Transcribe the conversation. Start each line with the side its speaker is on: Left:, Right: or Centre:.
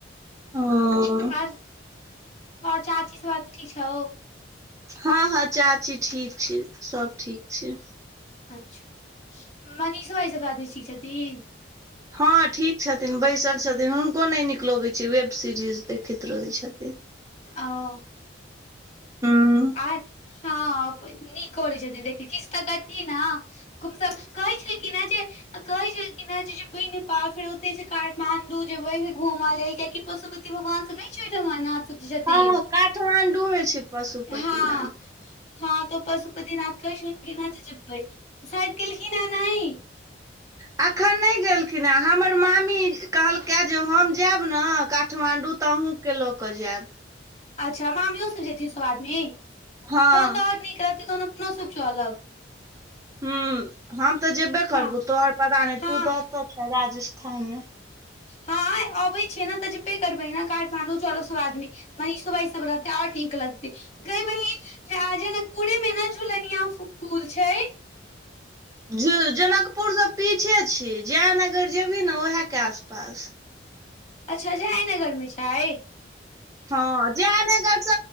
Right: ओ
Left: आर ओर चाची सब आदमी ठीक छौ
Right: हँ हँ चाची ठीक छी सब ठीक छै
Left: अच्छा मनीषो <unintelligible> क छथिन
Right: हँ ठीक छथिन बैसल छथिन हुनको नय नीक लगै छै वेब सीरीज देखैत रहैत छथिन
Left: आओ
Right: हं
Left: आय हँ नीक करै छथिन देख किछुतऽ करथि न कुमसब कहइ छलखिन हैं जे कहै छलखिन हैं जेबै नेपाल फेर ओते से काठमाण्डू जेबे फेर घूम लेल कियाकि ओ सब भगवान सब नय छय ओय ठमन नाच सब जे छथिन
Right: हँ काठमाण्डू होइ छै पशुपतिनाथ
Left: हँ हँ तऽ पशुपतिनाथ कहइ छलखिन हैं जे जेबइ साइद गेलखिन हैं नइ
Right: ह एखन नइ गेलखिन हेँ हमर मामी कहलकै जे हम जायब ने काठमाण्डू तऽ अहूँ के लक जैब
Left: अच्छा मामियोसब जेथिन सब आदमी
Right: हँ
Left: तहन तऽ ओर नीक रहतै तहन अपनोसब चलब
Right: हं हम तऽ जेबे करबो
Left: हँ
Right: तोहर पता नहि
Left: हँ
Right: तू ततऽ छ राजस्थान मे
Left: हँ अबै छैै ने त जेबे करबे ने काठमाण्डू चल सब आदमी महिषो भाइ सब रहतेै आर नीक लगतै कई बहिन जनकपुरे में ने झूलनिया पूल छै
Right: ज जनकपुरसँ पीछे छय जयनगर जेबही ने उएहके आसपास
Left: अच्छा जयनगरमे छय
Right: हँ जा नय करस